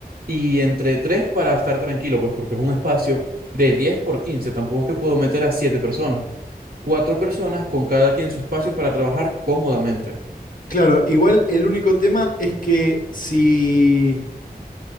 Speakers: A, on the right; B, on the left.
A: y entre tres para estar tranquilo, pues porque es un espacio de 10 por 15 tampoco es que puedo meter a siete personas, cuatro personas con cada quien su espacio para trabajar cómodamente.
B: Claro, igual el único tema es que si,